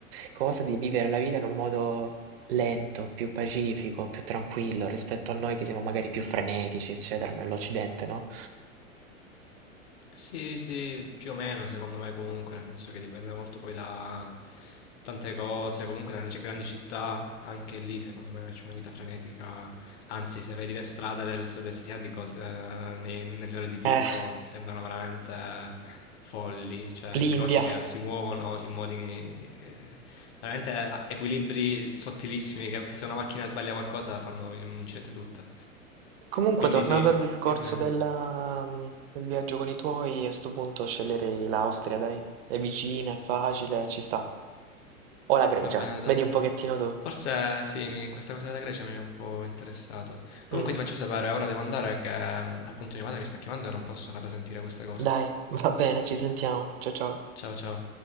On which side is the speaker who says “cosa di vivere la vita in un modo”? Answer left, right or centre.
Right